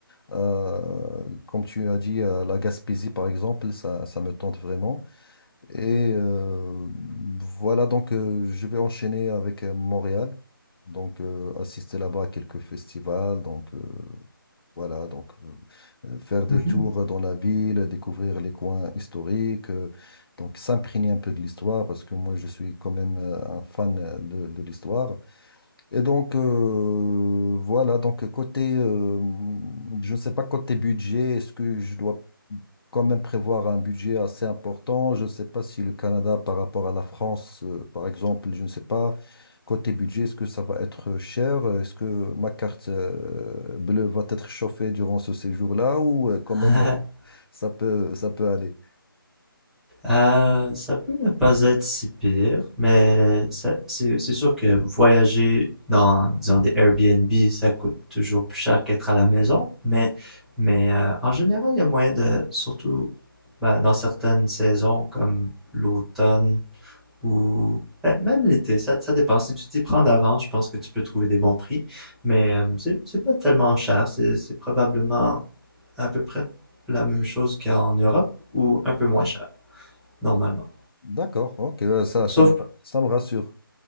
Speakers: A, on the left (about 80°); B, in the centre.
A: à- comme tu as dit, à la Gaspésie, par exemple. Ça, ça me tente vraiment. Et euh, voilà, donc euh, je vais enchaîner avec euh, Montréal. Donc euh, assister là-bas à quelques festivals. Donc euh, voilà, donc euh, euh, faire des
B: Mhm.
A: tours dans la ville, découvrir les coins historiques, euh, donc s'imprégner un peu de l'histoire parce que moi je suis quand même euh, un fan euh, de, de l'histoire. Et donc euh, voilà, donc côté, euh, je ne sais pas côté budget, est-ce que je dois quand même prévoir un budget assez important. Je ne sais pas si le Canada par rapport à la France, euh, par exemple, je ne sais pas, côté budget, est-ce que ça va être cher? Est-ce que ma carte euh, bleue va être chauffée durant ce séjour-là ou euh, quand
B: <laughs>
A: même ça peut, ça peut aller?
B: Euh, ça peut ne pas être si pire, mais ça- c'est c'est sûr que voyager dans, disons, des Airbnb, ça coûte toujours plus cher qu'être à la maison. Mais, mais euh, en général, il y a moyen de, surtout ben, dans certaines saisons comme l'automne, ou ben, même l'été, ça, ça dépend. Si tu t'y prends d'avance, je pense que tu peux trouver des bons prix. Mais euh, c'est c'est pas tellement cher. C'est c'est probablement à peu près la même chose qu'en Europe ou un peu moins cher, normalement.
A: D'accord, ok, euh, ça,
B: Sauf,
A: ça, me- ça me rassure.